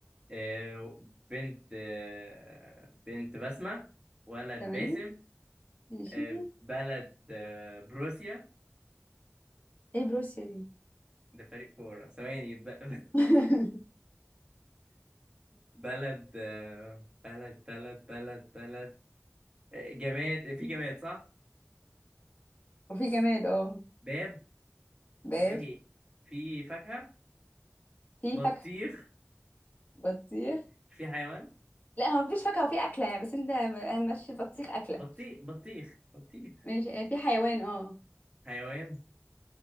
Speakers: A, on the right; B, on the left.
A: آه، بنت آه، بنت بسمة ولد
B: تمام
A: باسم
B: ماشي
A: آه، بلد آه، بروسيا
B: ايه بروسيا دي
A: ده فريق كورة ثواني ب-
B: <laughs>
A: <laughs> بلد آه، بلد بلد بلد بلد آه، جماد في جماد صح
B: وفي جماد اه
A: باب
B: باب
A: في إيه؟ في فاكهة
B: في
A: بطيخ
B: فاكهة بطيخ
A: في حيوان
B: لا هو مفيش فاكهة وفي أكلة يعني بس انت هنمشي البطيخ أكلة
A: بطيخ بطيخ بطيخ
B: ماشي آه، في حيوان اه
A: حيوان